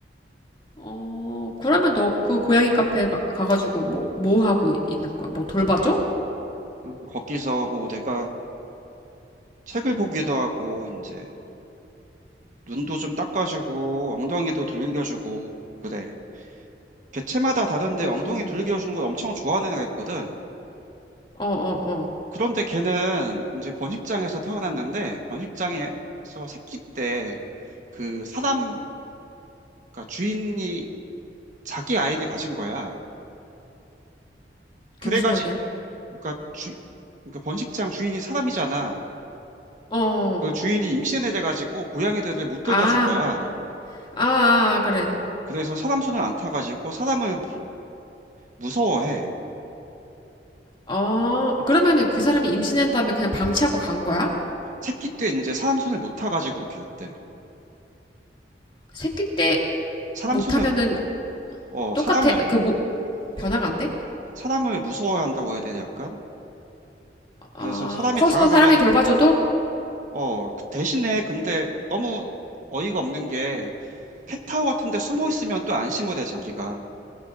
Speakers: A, on the left; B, on the right.
A: 어, 그러면 너 그 고양이 카페 가- 가가지고 뭐, 뭐 하고 이- 있는 거야? 뭐 돌봐줘?
B: 음, 거기서 뭐 내가 책을 보기도 하고, 이제 눈도 좀 닦아주고, 엉덩이도 두들겨주고, 그래. 개체마다 다른데
A: 어,
B: 엉덩이 두들겨주는 걸 엄청 좋아하는 애가 있거든.
A: 어, 어, 어.
B: 그런데 걔는 이제 번식장에서 태어났는데 번식장에서 새끼 때 그 사람 그러니까 주인이 자기 아이를 가진 거야. 그래가지고
A: 그게 무슨 말이야?
B: 그러니까 주 그러니까 번식장 주인이 사람이잖아.
A: 어,
B: 그 주인이 임신해 돼가지고 고양이들을 못 돌봐준
A: 아,
B: 거야.
A: 아, 아, 아, 그래.
B: 그래서 사람 손을 안 타가지고 사람을 무서워해.
A: 어, 그러면은 그 사람이 임신한 다음에 그냥 방치하고 간 거야?
B: 새끼 때 이제 사람 손을 못 타가지고 그렇게 됐대.
A: 새끼 때
B: 사람
A: 못하면은
B: 손을 어
A: 똑같아.
B: 사람을
A: 그, 뭐, 변화가 안 돼?
B: 사람을 무서워한다고 해야 되나 약간.
A: 아,
B: 그래서 사람이
A: 커서
B: 다가가면
A: 사람이 돌봐줘도?
B: 어, 그 대신에 근데 너무 어이가 없는 게 캣타워 같은 데 숨어 있으면 또 안심을 해, 자기가.